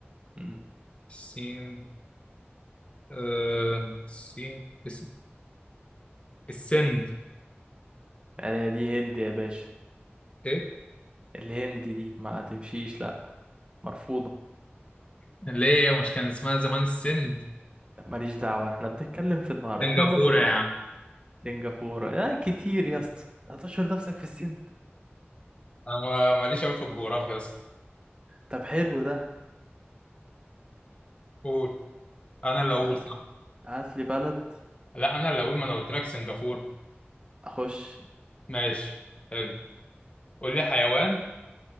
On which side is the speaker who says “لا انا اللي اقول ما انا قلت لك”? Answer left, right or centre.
Left